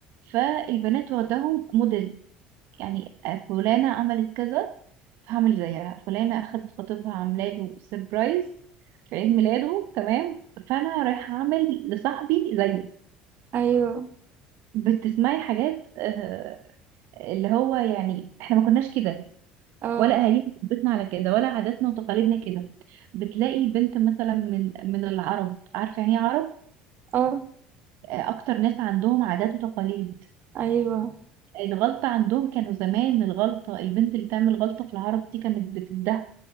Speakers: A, on the right; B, on the right.
A: فالبنات واخداهم موديل يعني آه، فلانة عملت كذا فهعمل زيها فلانة أخدت خطيبها عاملة له سربرايز في عيد ميلاده تمام فأنا رايحة أعمل لصاحبي زيه
B: ايوه
A: بتسمعي حاجات آه، اللي هو يعني احنا ما كناش كده
B: اه
A: ولا اهالينا ربتنا على كده ولا عاداتنا وتقاليدنا كده بتلاقي بنت مثلا من من العرب عارفه يعني ايه عرب
B: اه
A: آه، اكتر ناس عندهم عادات وتقاليد
B: ايوه
A: الغلطه عندهم كانوا زمان الغلطه البنت اللي تعمل غلطه في العرب دي كانت بتده